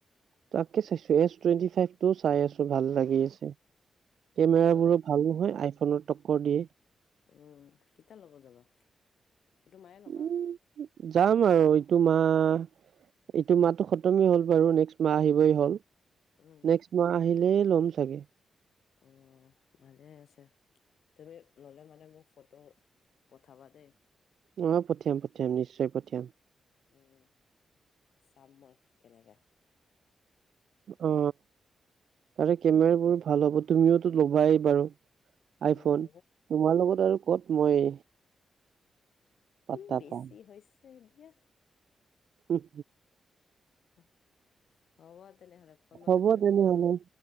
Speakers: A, on the right (about 65°); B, on the left (about 80°).
A: তাকে চাইছো এছ টুৱেণ্টি ফাইভ টো চাই আছো ভাল লাগি আছে কেমেৰাবোৰো
B: ল'বা ল'লে
A: ভাল নহয় আইফোনৰ টক্কৰ দিয়ে
B: উম কেতিয়া ল'ব যাবা এইটো মায়ে ল'বা
A: উম যাম আৰু এইটো মাহ এইটো মাহটো খতমেই হ'ল বাৰু নেক্সট মাহ আহিবই হ'ল
B: উম
A: নেক্সট মাহ আহিলেই লম চাগে
B: অ ভালে আছে তুমি ললে মানে মোক ফটো পঠাবা দেই
A: অ পঠিয়াম পঠিয়াম নিশ্চয় পঠিয়াম
B: উম চাম মই কেনেকা
A: অ তাৰে কেমেৰাবোৰ ভাল হ'ব তুমিওতো ল'বাই বাৰু
B: উম,
A: আইফোন তোমাৰ লগত আৰু কত মই পাত্তা
B: ই বেছি
A: পাম
B: হৈছে দিয়া
A: উম
B: <inaudible> হ'ব তেনেহলে ফোন
A: হ'ব
B: ললে তুমি
A: তেনেহ'লে
B: মোক জনাবা